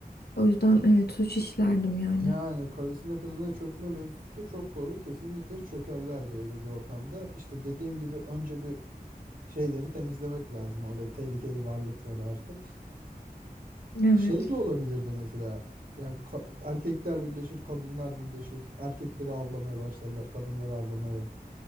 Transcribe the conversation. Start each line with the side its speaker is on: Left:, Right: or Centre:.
Left: O yüzden evet suç işlerdim yani.
Right: Yani karısına kızına çökme mevzusu da çok doğru. Kesinlikle çökerler de öyle bir ortamda. İşte dediğim gibi önce bir şeyleri temizlemek lazım. Orada tehlikeli varlıkları artık.
Left: Evet.
Right: Şey de olabilirdi mesela. Yani ka- erkekler birleşir, kadınlar birleşir. Erkekleri avlamaya başlarlar, kadınları avlamaya.